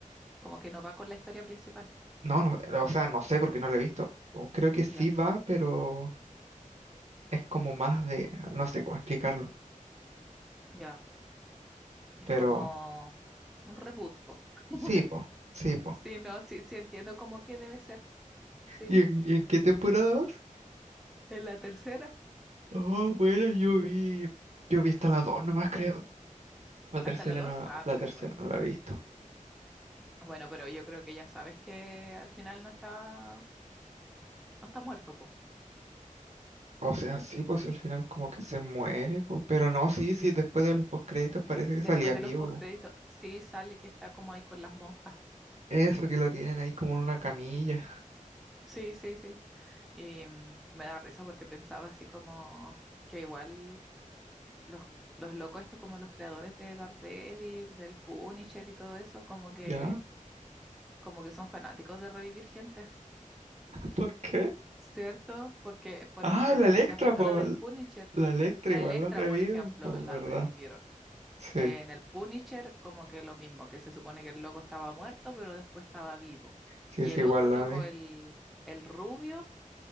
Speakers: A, in the centre; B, on the right.
A: Como que no va con la historia principal,
B: No, no, eh, o sea, no sé porque no lo he visto. O creo que sí
A: ya,
B: va, pero es como más de, no sé cómo explicarlo.
A: ya. Es
B: Pero
A: como un reboot, po. <laughs>
B: sí, po, sí, po.
A: Sí, no, sí, sí entiendo cómo que debe ser, sí.
B: ¿Y en, y en qué temporada vas?
A: En la tercera.
B: Oh, bueno, yo vi, yo vi hasta la dos nomás creo. La tercera
A: Hasta la dos,
B: no la,
A: ah,
B: la
A: pero
B: tercera
A: es buena.
B: no la he visto.
A: Bueno, pero yo creo que ya sabes que al final no está No está muerto, po.
B: O sea, sí, pues al final como que se muere, po. Pero no, sí, sí, después de los postcréditos parece que
A: Después
B: salía
A: de
B: vivo,
A: los postcréditos,
B: po.
A: sí sale que está como ahí con las monjas.
B: Eso que lo tienen ahí como en una camilla.
A: Sí, sí, sí. Y mm, me da risa porque pensaba así como que igual los, los locos estos, como los creadores de Daredevil, del Punisher y todo eso, como que,
B: ¿Ya?
A: como que son fanáticos de revivir gente así.
B: ¿Por qué?
A: ¿Cierto? Porque, por
B: Ah,
A: ejemplo,
B: la
A: no
B: Electra,
A: sé si has visto
B: po.
A: la del Punisher.
B: La Electra
A: La
B: igual
A: Electra,
B: la reviven,
A: por ejemplo,
B: pues,
A: la
B: ¿verdad?
A: revivieron.
B: Sí,
A: En el Punisher, como que lo mismo, que se supone que el loco estaba muerto, pero después estaba vivo.
B: sí
A: Y
B: es
A: el
B: igual
A: otro loco,
B: la vi.
A: el, el rubio,